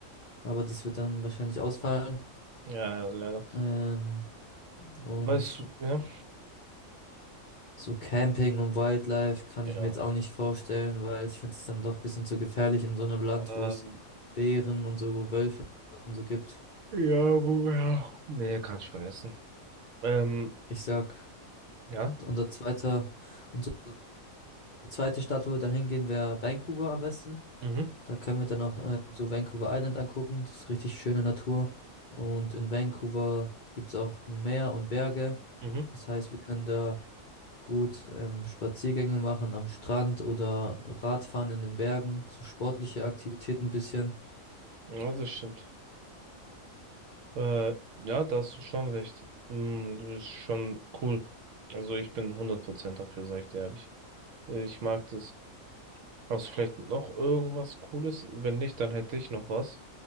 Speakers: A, on the left; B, on the right.
A: Ja. aber das wird dann wahrscheinlich ausfallen.
B: Ja, leider.
A: Ähm, und
B: Weißt du, ja.
A: so Camping und Wildlife kann
B: Ja.
A: ich mir jetzt auch nicht vorstellen, weil ich finde es dann doch ein bisschen zu gefährlich in so einem Land,
B: Ähm,
A: wo es Bären und so Wölfe und so gibt.
B: ja, wo, ja. Nee, kann ich vergessen. Ähm,
A: Ich sag,
B: ja.
A: unser zweiter, unsere zweite Stadt, wo wir dann hingehen, wäre Vancouver am besten.
B: Mhm.
A: Da können wir dann noch äh, so Vancouver Island angucken. Das ist richtig schöne Natur. Und in Vancouver gibt es auch Meer und Berge.
B: Mhm.
A: Das heißt, wir können da gut ähm, Spaziergänge machen am Strand oder Radfahren in den Bergen. So sportliche Aktivitäten ein bisschen.
B: Ja, das stimmt. Äh, ja, da hast du schon recht. Hm, das ist schon cool. Also ich bin 100% dafür, sag ich dir ehrlich. Ich mag das. Hast du vielleicht noch irgendwas Cooles? Wenn nicht, dann hätte ich noch was.